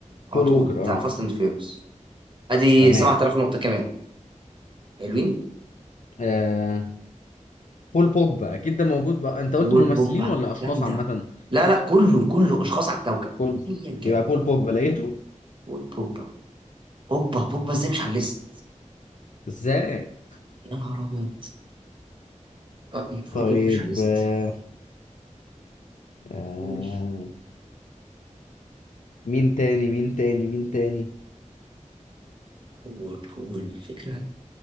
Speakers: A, on the right; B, on the left.
A: على
B: بول
A: طول
B: ووكر
A: بتاع فاست
B: اه
A: اند فيروس ادي
B: تمام
A: 7000 نقطة كمان حلوين
B: آه... بول بوجبا اكيد ده موجود بقى انت قلت
A: والبوبا
B: ممثلين ولا اشخاص
A: جامدة
B: عامة
A: لا لا كله كله اشخاص على الكوكب
B: بول
A: ايا كان
B: يبقى بول بوجبا لقيته
A: والبوبا اوبا بوبا ازاي مش على الليست
B: ازاي
A: يا نهار ابيض آه،
B: طيب
A: والبوبا مش على الليست
B: آه... آه...
A: قول
B: مين تاني مين تاني مين تاني
A: قول قول الفكرة